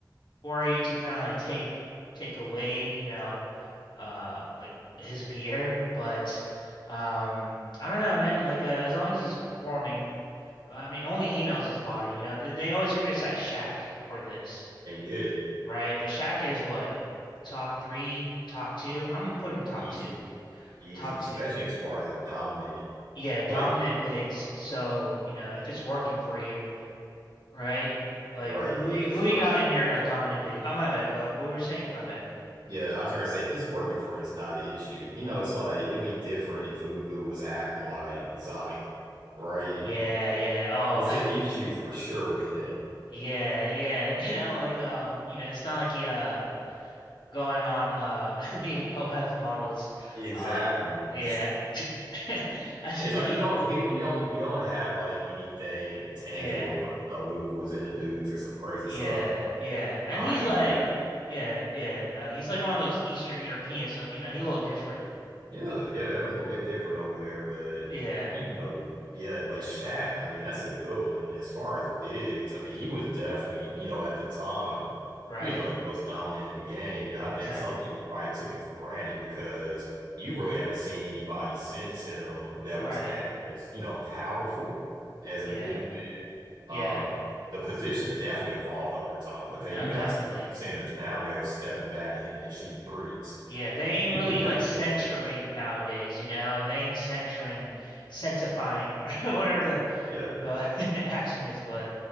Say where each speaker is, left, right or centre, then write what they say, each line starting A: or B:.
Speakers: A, on the left (about 75°); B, on the right (about 80°).
A: for you to kind of like take take away, you know, uh like his beer, but um I don't know, man, like uh, as long as he's performing, I mean only he knows his body, you know. They, they always criticize Shaq for this,
B: They did.
A: right? But Shaq is
B: Yeah,
A: what top 3, top 2. I'm gonna put him top
B: Easy,
A: 2.
B: easy,
A: Top
B: especially
A: 2.
B: as far as a dominant
A: Yeah, dominant
B: player.
A: bigs. So, you know, if
B: Yeah,
A: it's working for you, right? Like
B: Right.
A: who who
B: If
A: you, who
B: it's working.
A: you got in your uh, dominant big? Oh my bad. Uh, what were you saying? My bad.
B: Yeah, I was gonna say if it's working for you, it's not an issue. You know, it's like it'd be different if Luka was acting like Zion, right?
A: Yeah, yeah. Oh,
B: It's an issue for sure with him.
A: <laughs> yeah, yeah. <laughs> You know, like um, you know, it's not like he uh going on uh <laughs> meeting OF models.
B: Exactly.
A: Uh yeah. <laughs> I should-
B: It's like
A: he
B: you don't hear, you don't you don't have like anything tangible.
A: yeah.
B: You know, Luka was in the news or some crazy
A: Yeah,
B: stuff.
A: yeah. And
B: I
A: he's
B: am
A: like
B: you
A: yeah, yeah. Uh, he's like one of those Eastern Europeans, so you know, he's a little different.
B: Yeah, yeah, they're a little bit different over there, but
A: Yeah,
B: you know, yeah, but Shaq, I mean, that's a good one as far as bigs. I mean, he was definitely, you know, at the time,
A: right.
B: you know, the most dominant in the game, and I
A: Exactly.
B: think some people probably took him for granted because you really haven't seen anybody since him that
A: Right.
B: was as, you know, powerful as
A: Yeah.
B: a big man. Uh,
A: Yeah.
B: the position's definitely evolved over time because
A: No,
B: you
A: definitely.
B: got centers now that are stepping back and, hit- and shooting threes.
A: Yeah, they ain't
B: He
A: really
B: was never
A: like censoring
B: doing that.
A: nowadays, you know. They ain't censoring, censorifying, <laughs> whatever the
B: Yeah.
A: uh, <laughs> action is. But